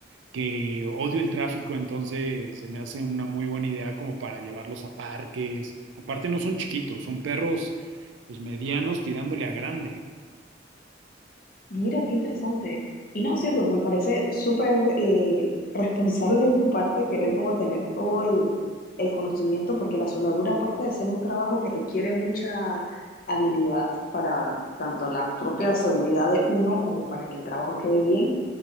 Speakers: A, on the right; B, on the left.
A: que odio el tráfico, entonces se me hace una muy buena idea como para llevarlos a parques. Aparte no son chiquitos, son perros pues medianos tirándole a grande.
B: Mira, qué interesante. Y no, cierto, me parece súper eh, responsable de tu parte querer como tener todo el, el conocimiento, porque la soldadura, aparte de ser un trabajo que requiere mucha habilidad para tanto la propia seguridad de uno como para que el trabajo quede bien,